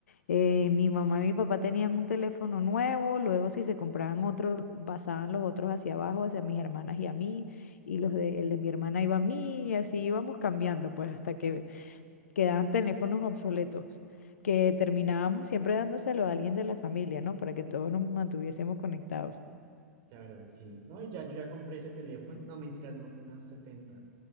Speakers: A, on the left (about 65°); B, on the right (about 40°).
A: Eh, mi mamá y mi papá tenían un teléfono nuevo, luego si se compraban otro, pasaban los otros hacia abajo, hacia mis hermanas y a mí, y los de, el de mi hermana iba a mí, y así íbamos cambiando, pues hasta que quedaban teléfonos obsoletos, que terminábamos siempre dándoselo a alguien de la familia, ¿no? Para que todos nos mantuviésemos conectados.
B: Claro, sí. No, y ya yo ya compré ese teléfono. No, mentiras, no fue una 70.